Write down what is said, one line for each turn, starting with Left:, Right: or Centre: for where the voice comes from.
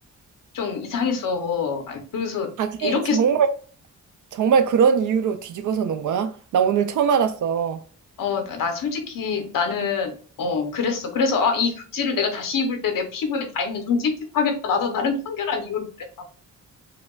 Left: 좀 이상했어. 아, 그래서
Right: 각질이
Left: 이렇게
Right: 정말 정말 그런 이유로 뒤집어서 놓은 거야? 나 오늘 처음 알았어.
Left: 어, 나 솔직히 나는 어, 그랬어. 그래서 아, 이 각질을 내가 다시 입을 때 내 피부에 닿으면 좀 찝찝하겠다. 나도 나름 청결한 이유로 그랬다.